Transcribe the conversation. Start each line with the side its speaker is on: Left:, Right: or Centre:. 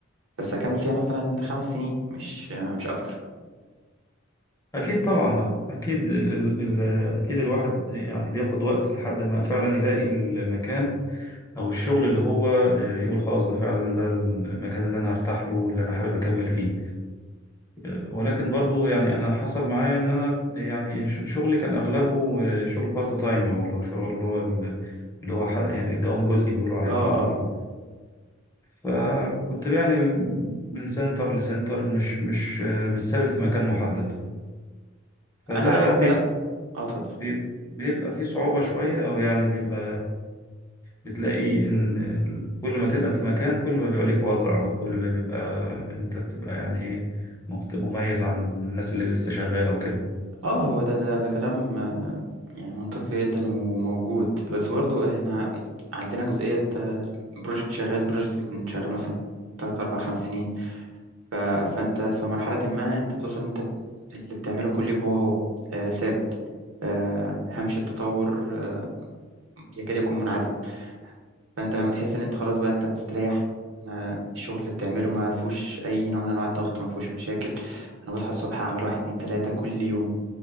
Right: بس هكمل فيها مثلا خمس سنين مش مش اكتر
Left: اكيد طبعا اكيد ال ال ال اكيد الواحد يعني بياخد وقت لحد ما فعلا يلاقي المكان او الشغل اللي هو آه، يقول خلاص ده فعلا ده المكان اللي انا هرتاح له واللي انا حابب اكمل فيه آه، ولكن برضو يعني انا حصل معايا ان انا يعني ش- شغلي كان اغلبه آه، شغل بارت تايم او اللي هو شغل اللي هو ال- اللي هو ح- يعني دوام جزئي بيقولوا عليه
Right: اه
Left: بالعربي
Right: اه
Left: فكنت يعني من سنتر لسنتر مش مش آه، مش ثابت في مكان محدد فده
Right: انا حتى
Left: بيب-
Right: لا اه اتفضل
Left: بيب- بيبقى فيه صعوبة شوية او يعني بيبقى بتلاقي إن كل ما تقدم في مكان كل ما بيبقى ليك وضع وكل ما بيبقى أنت بتبقى يعني إيه مخت- مميز عن الناس اللي لسه شغالة وكده
Right: اه هو ده ده ده كلام آه، يعني منطقي جدا وموجود بس برضو احنا عندنا جزئية انت بروجكت شغال بروجكت بيكون شغال مثلا تلات أربع خمس سنين ف... فأنت في مرحلة ما أنت بتوصل إن أنت اللي بتعمله كل يوم هو هو آه ثابت آه هامش التطور آه يكاد يكون منعدم فانت لما تحس ان انت خلاص بقى انت مستريح ما الشغل اللي بتعمله ما فيهوش اي نوع من انواع الضغط ما فيهوش مشاكل انا بصحى الصبح اعمل واحد اتنين تلاته كل يوم